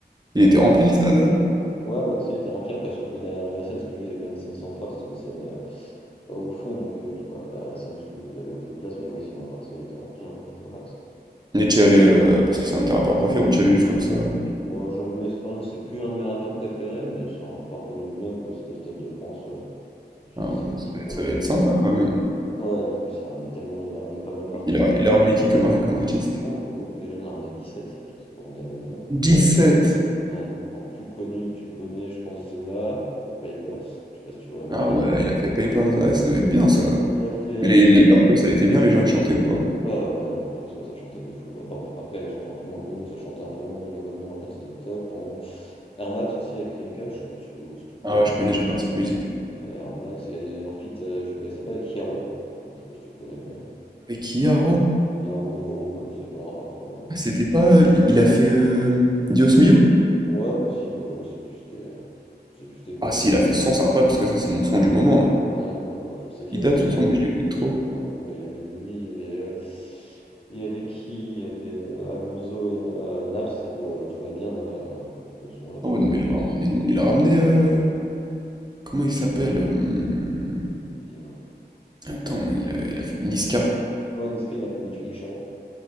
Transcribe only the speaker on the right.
Il
était
rempli le stade alors?
Mais tu es allé euh, parce que c'est un de tes rappeurs préférés ou tu es allé juste comme ça? euh
Ah
ouais, non,
ça va
être, ça
va être
sympa quand même.
Il a,
il a ramené qui comme, ar- comme artiste?
17!
Ah ouais, il a fait Papers. Ah, ça doit être bien ça.
Mais les- les- l'ambiance,
elle était bien, les gens ils chantaient ou pas?
Ah ouais, je connais, j'adore cette musique.
Avec Kiaro?
Ah, C'était pas. euh, Il, il a fait euh, Dios Mio?
Ah
si,
il
a
fait ce son, c'est incroyable parce que ça, c'est mon son du moment là.
Il
date
ce son, mais je l'écoute trop.
Ah ouais, non, mais
il
a vraiment ramené du monde. Il a ramené. euh, comment il s'appelle? hum,
Attends, il a, il a fait Niska.